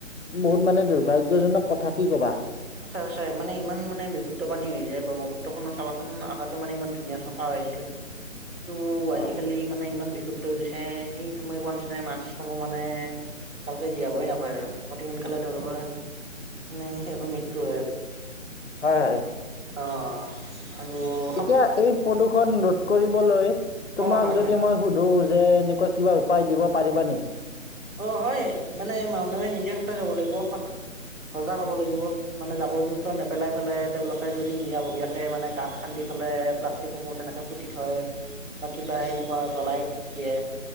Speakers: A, on the left; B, on the right.
A: বহুত মানে দুৰ্ভাগ্যজনক কথা কি কবা।
B: আচ আচছে মানে ইমান মানে বিশুদ্ধ পানী হৈ যায় ব্ৰহ্মপুত্ৰ খনৰ চাবাচোন আঁকাাতো মানে ইমান ধুনীয়া চাফা হৈছিল <inaudible>
A: <unintelligible>
B: কিটো
A: অ',
B: আজিকালি মানে ইমান বিশুদ্ধ হৈ গৈছে, সেই তুমি কোৱা নিচিনাাই মাছসমূহ মানে ভালকে জীয়াবই নাপায় আৰু অতি সোনকালে তেওঁলোকৰ মানে সেই মৃত্যু হয় আৰু
A: হয় হয়।
B: অঁ। আৰু
A: এতিয়া এই প্ৰদূৰ্ষন ৰোধ কৰিবলৈ তোমাক
B: অ হয় হয়
A: যদি মই সুধো যে এনেকুৱা কিবা উপায় দিব পাৰিবা নেকি?
B: অ', হয় মানে মানুহে, নিজে সতেজ হ'ব লাগিব সজাগ হ'ব লাগিব মানে জাবৰ জোঁথৰ নেপেলাই পেলাই তেওঁলোকে যদি নিজাববীয়াকে মানে গাঁত খান্দি পেলালে প্লাষ্টিকসমূহ তেনেকে পুতি থয় বা কিবা এনেকুৱা জ্বলাই দিয়ে